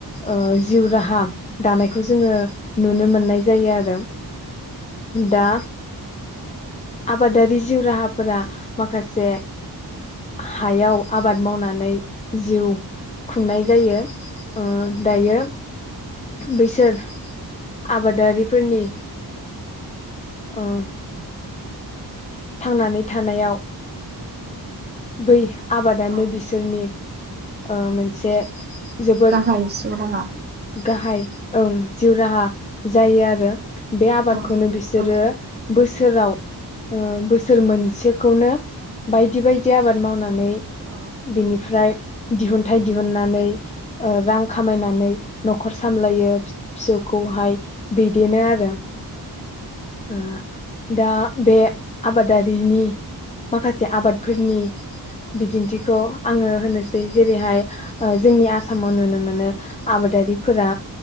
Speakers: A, on the left; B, on the right.
A: ओ जिउ राहा दानायखौ जोङो नुनो मोन्नाय जायो आरो। दा
B: औ
A: आबादारि जिउ राहाफोरा माखासे हायाव आबाद मावनानै जिउ खुंनाय जायो। ओ दायो बैसोर आबादारिफोरनि ओं। थांनानै थानायाव बै आबादानो
B: उम
A: बिसोरनि ओ मोनसे जोबोर
B: गाहाय जिउ राहा
A: गाहाय ओं जिउ राहा जायो आरो। बे आबादखौनो
B: औ
A: बिसोरो
B: औ
A: बोसोराव ओ बोसोर मोनसेखौनो बायदि बाय दि आबाद मावना नै
B: औ
A: बिनिफ्राय दिहुन्थाय दिहुन्नानै ओ रां खामायनानै नखर सामलायो फि-फिसौखौहाय बिदिनो आरो। ओ दा बे आबादारिनि माखासे आबाद फोरनि बिदिन्थिखौ आङो होनोसै जेरैहाय ओ जोंनि आसामाव नुनो मोनो आबादारिफोरा